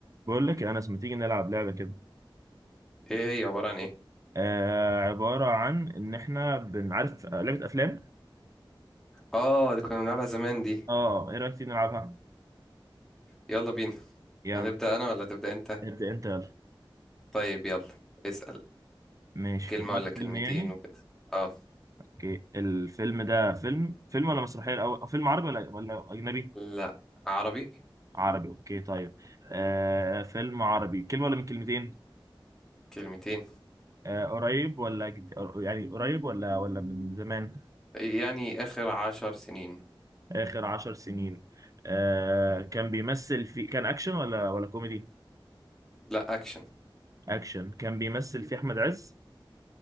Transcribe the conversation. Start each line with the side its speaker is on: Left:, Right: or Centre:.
Right: بقول لك يا انس ما تيجي نلعب لعبه كده
Centre: ايه هي عبارة عن ايه
Right: آه عباره عن ان احنا بنعرف آه، لعبه افلام
Centre: اه دي كنا بنلعبها زمان دي
Right: اه ايه رايك تيجي نلعبها
Centre: يلا بينا
Right: يلا
Centre: هنبدأ انا ولا تبدأ انت
Right: ابدا انت يلا
Centre: طيب يلا اسأل
Right: ماشي
Centre: كلمة
Right: في دماغك
Centre: ولا
Right: فيلم
Centre: كلمتين
Right: يعني
Centre: وكده اه
Right: اوكي الفيلم ده فيلم فيلم ولا مسرحيه الاول أو فيلم عربي ولا ولا اجنبي
Centre: لا عربي
Right: عربي اوكي طيب آه فيلم عربي كلمه ولا من كلمتين
Centre: كلمتين
Right: آه قريب ولا جد... يعني قريب ولا ولا من زمان
Centre: يعني اخر عشر سنين
Right: اخر عشر سنين آه كان بيمثل في كان اكشن ولا ولا كوميدي
Centre: لا اكشن
Right: اكشن كان بيمثل في احمد عز